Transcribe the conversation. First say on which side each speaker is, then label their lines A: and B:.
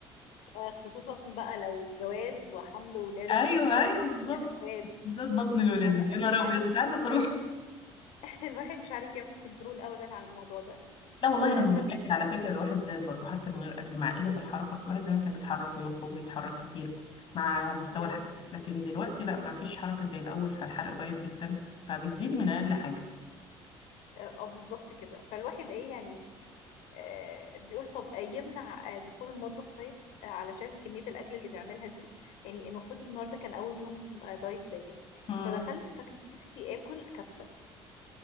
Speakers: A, on the left; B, on the left.
A: آه خصوصا بقى لو جواز وحمل وولاده
B: ايوه
A: وتفاصيل
B: ايوه بالظبط
A: الكنكات دي
B: بالذات بطن الولادة
A: الواحد
B: دي يا نهار
A: مش عارف
B: ابيض مش عايزه تروح
A: <laughs> الواحد مش عارف يعمل كنترول ابدا على الموضوع ده
B: لا والله انا من غير
A: فبي
B: اكل على فكره الواحد زاد برضه حتى من غير اكل مع قله الحركه الواحد زمان كان بيتحرك ويخرج ويتحرك كتير مع مستوى
A: بالظبط
B: الحرق لكن دلوقتي لا ما فيش حركه زي الاول فالحرق ضعيف جدا فبتزيدي من اقل حاجه
A: اه آه، بالظبط كده فالواحد ايه يعني آه بيقول طب آه، يمنع آه، دخول المطبخ طيب آه علشان كمية الأكل اللي بيعملها دي يعني المفروض النهاردة كان أول يوم آه دايت ليا
B: امم
A: فدخلت فكان نفسي آكل كبسة